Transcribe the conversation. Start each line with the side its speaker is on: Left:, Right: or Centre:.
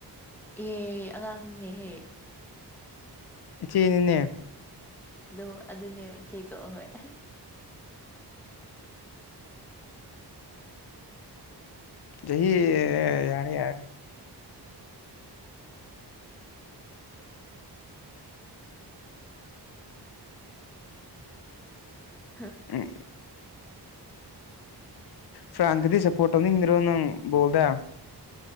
Centre: ꯑꯦꯍ ꯑꯉꯥꯡꯅꯤꯅꯦꯍꯦ
Left: ꯏꯆꯦꯅꯤꯅꯦ
Centre: ꯑꯗꯣ ꯑꯗꯨꯅꯦ ꯏꯆꯦꯀꯣ ꯑ ꯍꯣꯏ
Left: ꯆꯍꯤ ꯌꯥꯔꯦ ꯌꯥꯔꯦ
Centre: ꯍ
Left: ꯑꯦ ꯐ꯭ꯔꯥꯟꯀꯗꯤ ꯁꯄꯣꯣꯅꯤ ꯃꯔꯣꯅ ꯣꯜꯗ